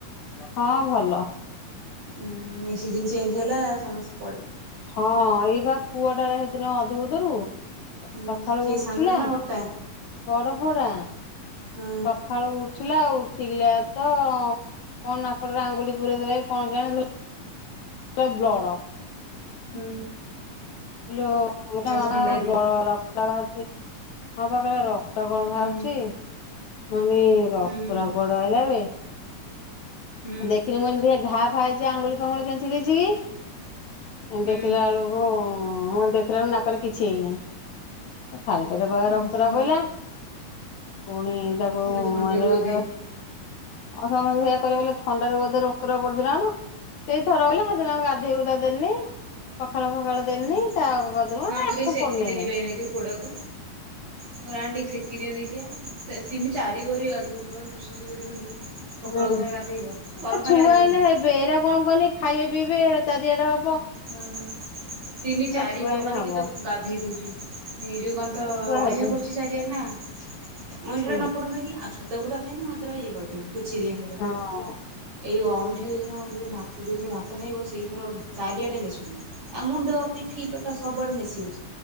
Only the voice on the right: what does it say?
ଉଁ ଏସିଯିନି ଚେଞ୍ଜ ହେଲା ସମସ୍ତ
ହୁଁ
କିଏ
ସାନଟା ନା ବଡଟା?
ହଁ
ହୁଁ।
ଏ ଥଣ୍ଡାରୁ
ହୁଁ
ହୁଁ
ହୁଁ
ହୁଁ।
ଉୁଁ
ହୁଁ
ଏଇନା ଥଣ୍ଡାରୁ
ବୋଧେ
ହୁଁ
ମୁଁ ଆକୁ ଟିକେ ସେକିଦେନି
ବା ଏଇନାକେ ପୁଅଟାକୁ। ମୁଁ ରାଣ ଟିକେ <unintelligible> ତିନି ଚାରି ପରି ଗାଧଉଛି ଭାଉଜ ବିଶ୍ୱାସ କରିବନି। ସକାଳୁ
ଥରେ ଗାଧେଇବ ଗରମ ପାଣିରେ
ଗାଧେଇଦିଏ।
ହଁ ତିନି ଚାରି
ବହରିକି
ତାକୁ ଗାଧେଇ ଦଉ ଏଇ ଯୋଉ କଣ
ତ
ଅଇଁଠା
ପଡୁଚି ଚାରିଆଡ ନା ଅଇଁଠି
ଟା ନ ପଡନ୍ତା କି ଆଉ ଛତ ପୀତ ପୋତା ଖାଇନି ମୁଁ <unintelligible> ପୋଛି ଦିଏ ପାଟି
ଗୁରା <unintelligible> ଏଇ ପିଠା ଯୋଉ ଦିନ ଭ ଯୋଉ ଥର ଭାତ ଖାଇବ ସେଇ ଥର ଚାରିଆଡେ ନେସୁଚି ଆଉ ମୁଣ୍ଡ ପିଠି ପେ ସବୁଡେ ମିଶି